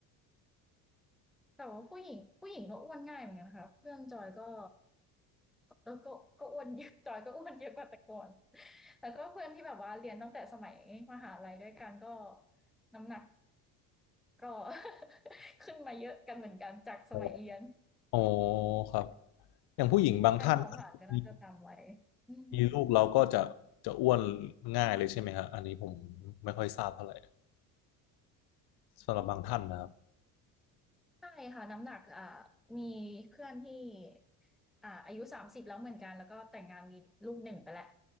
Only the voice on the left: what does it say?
อ๋ออ๋อครับอย่างผู้หญิงบางท่าน
มี
มีลูกแล้วก็จะจะอ้วนง่ายเลยใช่ไหมฮะอันนี้ผมไม่ค่อยทราบเท่าไหร่สำหรับบางท่านนะครับ